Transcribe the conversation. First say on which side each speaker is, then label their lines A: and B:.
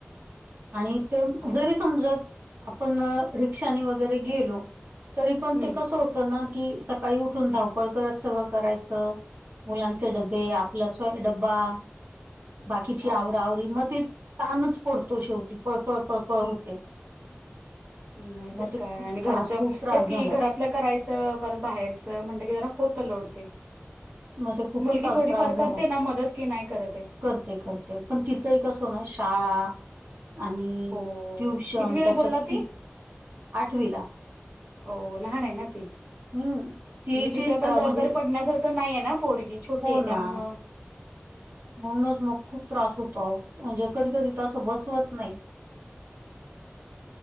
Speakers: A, on the right (about 45°); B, on the right (about 30°).
A: आणि ते
B: बाप
A: जरी समज आपण रिक्षा वगरे गेलो तरी पण
B: हम्म
A: ते कस की सकाळी उठून धावपळ करत सगळं करायचं मुलांचे डबे
B: अच्छा
A: आपलं डब्बा बाकीची
B: हा
A: आवरा-आवर मग त तणच.... पडतो शेवटी पळपळ- पळपळ होते.
B: नाही
A: मग
B: तरर
A: ते
B: काय?
A: खूप
B: आणि घरचं
A: आज खूप त्रास
B: तेच की
A: झाला
B: घरात घरातलं करायचं परत बाहेरचं म्हणटलं की जरा होतं लोड ते
A: मग ते खूपच
B: मुलगी
A: आज
B: थोडीफार
A: त्रास झाला
B: करते ना मदत की नाही करतये
A: करते- करते, पण तिचं एक कसं ना शाळा आणि
B: हो
A: ट्युशन
B: कितवीला
A: त्याच्यात
B: आहे बोलला
A: ती आठवीला
B: हो लहान आहे ना ती....,
A: हम्म. तिची
B: म्हणजे तिच्यावर
A: स
B: पण जबाबदारी
A: म्हणजे
B: पडण्यासारख नाही आहे ना पोरगी छोटी
A: हो
B: आहे त्यामुळं
A: ना म्हणूनच मग खूप त्रास होतो., आहो... म्हणजे कधी -कधी तसं बसवत नाही